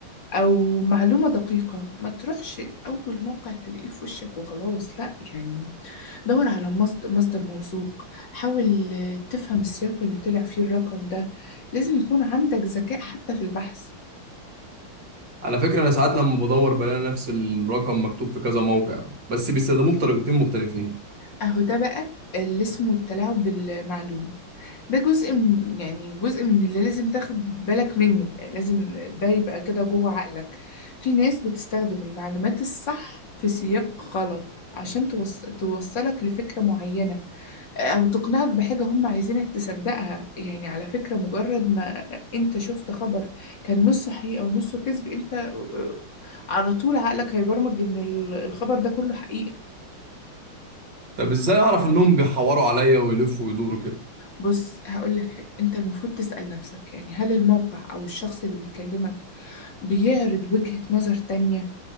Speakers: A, on the left; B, on the right.
A: أو معلومة دقيقة ما تروحش لأول موقع تلاقيه في وشك وخلاص لأ يعني دور على مصد- مصدر موثوق حاول آه، تفهم السياق اللي طلع فيه الرقم ده لازم يكون عندك ذكاء حتى في البحث
B: على فكرة أنا ساعات لما بدور بلاقي نفس الرقم مكتوب في كذا موقع بس بيستخدموه بطريقتين مختلفين
A: اهو ده بقى اللي اسمه التلاعب بالمعلومة ده جزء م- يعني جزء من اللي لازم تاخد بالك منه يعني لازم ده يبقى كده جوه عقلك في ناس بتستخدم المعلومات الصح في سياق غلط عشان توص... توصلك لفكرة معينة او تقنعك بحاجة هم عايزينك تصدقها يعني على فكرة مجرد ما انت شفت خبر كان نص صحيح او نصه حقيقة ونصه كذب انت آه، على طول عقلك هيبرمج ان ال- الخبر ده كله حقيقة
B: طب إزاي أعرف إنهم بيحوروا عليا ويلفوا ويدوروا كده
A: بص هقول لك حاجة انت المفروض تسأل نفسك يعني هل الموقع او الشخص اللي بيكلمك بيعرض وجهة نظر تانية